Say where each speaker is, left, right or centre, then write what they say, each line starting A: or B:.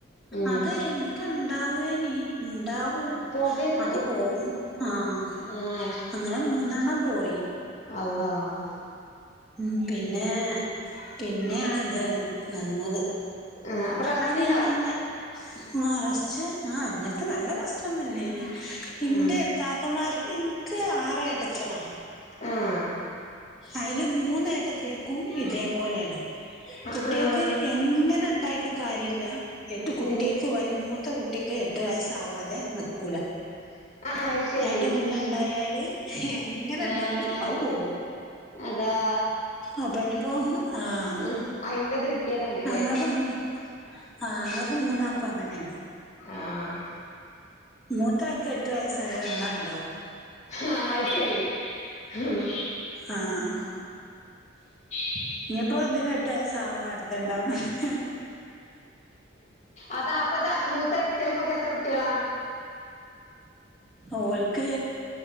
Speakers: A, on the left (about 35°); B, in the centre.
A: ഉം
B: അത് എനക്ക് ഇണ്ടാവേന ഉണ്ടാവ
A: പോകായിരുന്നു
B: അത് പോവും ആഹ്
A: ആഹ്
B: അങ്ങനെ മൂന്നെണ്ണം പോയി.
A: അള്ളാഹ്
B: ഉം പിന്നെ പിന്നെയണ ഇത് നിന്നത്.
A: ആഹ് അപ്പൊ റെസ്റ്റ്
B: അയിന്
A: ഇണ്ടാവും
B: ഞങ്ങള്, ആഹാ റസ്റ്റ് ആഹാ അങ്ങനത്തെ നല്ല റസ്റ്റ്‌ ന്നുല്ലേയ്ന് ഇന്റെ
A: ആഹ്
B: താത്ത, ന്മാർ എനിക്ക് ആറ് ഏട്ടത്തിയാള
A: ആഹ്
B: അയ്ല് മൂന്ന് എ കെക്കും ഇതേപോലെയാണ്,
A: ആഹ്
B: കുട്ടികൾക്ക്
A: ആഹ്
B: എങ്ങനെ ഇണ്ടായിട്ടും കാര്യമില്ല. എട്ട് കുട്ടിയാക്ക്
A: ഉം
B: വല മൂത്ത കുട്ടിക്ക് എട്ടു വയസ്സാവാതെ നിക്കൂല.
A: <inaudible> അത് ശരി
B: അതിന്റെ മുന്നേ ഉണ്ടായാല്, എങ്ങനെ
A: ആഹ്
B: ഇണ്ടായാലും അത് പോവും.
A: അതാ
B: അപ്പ ഇനിപ്പോ ആഹ്
A: ഉം അയിന്റത് കിട്ടിയതാണ്ല്ലേ
B: അങ്ങക്ക് മൂ ആഹാ അങ്ങക്ക് മൂന്നാക്കും- അങ്ങനെയണ്.
A: ആഹ്
B: മൂത്തക്ക് എട്ട് വയസ്സായ ഒന്നാ ഉണ്ടാവും.
A: ആഹാ അത് ശരി ഹും.. !
B: ആഹ്
A: <inaudible>
B: ഇനിപ്പോ ഇതിന് എട്ട് വയസ് ആവണ അടുത്ത ഇണ്ടാവണംഎങ്കി.
A: അതാ അപ്പതാ മൂത്താ കുട്ടയാൾക്ക് ക്കൊക്ക എത്ര കുട്ടികളാ?
B: ഓല്ക്ക്